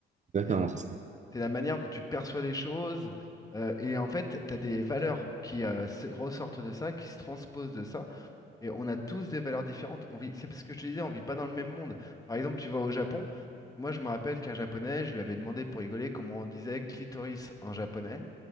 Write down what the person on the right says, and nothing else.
Exactement,
c'est ça.